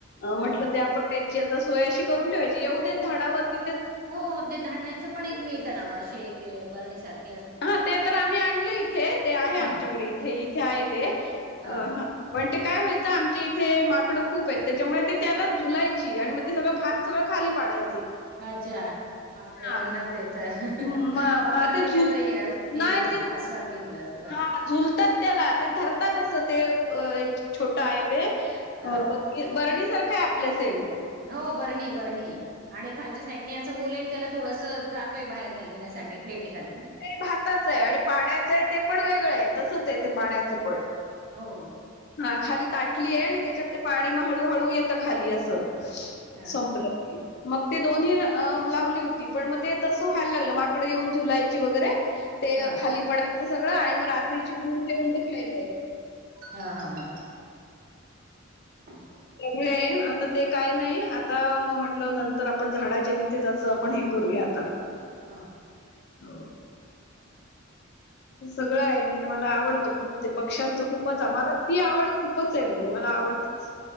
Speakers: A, on the left; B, on the right.
A: म्हटलं
B: हा.
A: ते आपण त्याची आता सोय अशी करून ठेवायची, येऊद्यात झाडावरती
B: हो ते धान्याचं पण एक मिळत ना वं अशी एक बरणीसारखी
A: हा ते तर आम्ही आणलंय इथे ते आहे
B: हा
A: आमच्याकडे इथे इथे आहे ते
B: हा
A: हां पण ते काय व्हायचं आमच्या इथे माकडं खूप आहेत त्याच्यामुळे ते त्याला झुलायची आणि मग ते सगळं भात सगळं खाली पाडायचे.
B: अच्छा माकडांना
A: हा
B: त्याच्या
A: म
B: माकडांनी
A: म ते झुल
B: त्याच हे
A: नाही
B: घेतलं
A: ते
B: आस्वाद घेतलं असं झालं.
A: हा झुलतात त्याला, ते धरतात असं ते छोटं आहे ते
B: हा
A: ब बरणीसारखं हाय आपल्या सेम
B: हो बरणी, बरणी आणि खालच्या साईडने असं होल आणि त्याला थोडसं जागा हाय बाहेर निघण्यासाठी प्लेट हे खाली ना.
A: भाताचं हाय आणि पाण्याचं आहे ते पण वेगळं हाय तसच हाय ते पाण्याचं पण
B: हो
A: हा खाली ताटली हाय आणि त्येच्यात ते पाणी मग हळूहळू येतं खाली असं,
B: हा
A: संपलं. मग ते दोन्ही अ लावली होती पण मग ते तसं व्हायला लागलं माकडं येऊन झुलायची वगैरे ते
B: हा
A: खाली पडायचं सगळं आणि मग रात्रीची गू ठेऊन ते खेळलं
B: हां हां हां <unintelligible>
A: त्यामुळे आता ते काय नाही आता म म्हटलं नंतर आपण झाडाच्या तिथे अस आपण हे करूया आता
B: हां
A: <unintelligible> ते सगळं हाय म्हणजे मला आवडतं खूप ते पक्ष्यांच खूपच आ मला ती आवड खूपच हे म्हणजे मला आवडतच